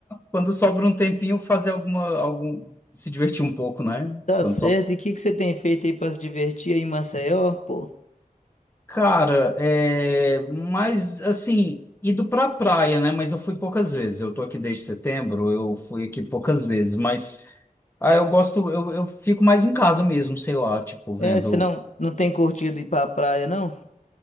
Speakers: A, on the left; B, on the left.
A: quando sobra um tempinho, fazer alguma, algum, se divertir um pouco, né?
B: tá
A: Quando
B: certo?
A: sobra.
B: E o que que você tem feito aí pra se divertir aí em Maceió, pô?
A: Cara, é, mas assim, ido pra praia, né? Mas eu fui poucas vezes. Eu tô aqui desde setembro, eu fui aqui poucas vezes, mas. Ah, eu gosto, eu, eu fico mais em casa mesmo, sei lá, tipo, vendo.
B: É, você não, não tem curtido ir pra praia, não?